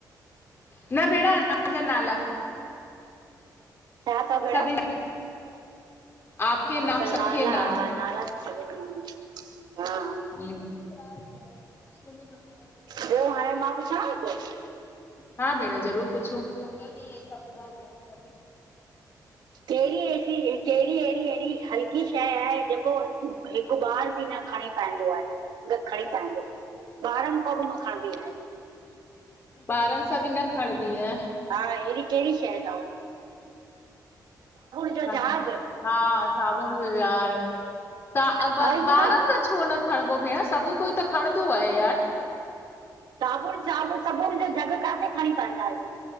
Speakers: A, on the left; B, on the right.
A: न भेणं असांजा नाला।
B: छा तव भेण?
A: सभिनि आपके
B: अच्छा
A: नाम
B: नाला
A: सबके नाम
B: हा नाला त सभनी डिन्ना एन। हा
A: <unintelligible>
B: पो हाणे मां पुछांव कुछ?
A: हा भेण ज़रूर पुछो। पता नही एक हफ़्ता हो गया।
B: कहिड़ी एसी कहिड़ी अहिड़ी अहिड़ी हलकी शए आहे जेको हिक बि न खणी पाईंदो आहे न खणी पाईंदो ॿारन खां बि न खणबी आहे?
A: ॿारन सां बि न खणबी आहे?
B: हा अहिड़ी कहिड़ी शइ तव? जो
A: ह
B: जहाज
A: हा साबुण जो झा्ग। त
B: आहे
A: ॿा
B: की
A: ॿारन
B: न
A: त छो न खणबो भेण सभ कोई त खणंदो आहे यार।
B: साबुण साबुण साबुण जो झग काथे खणी पाईंदा आहियूं।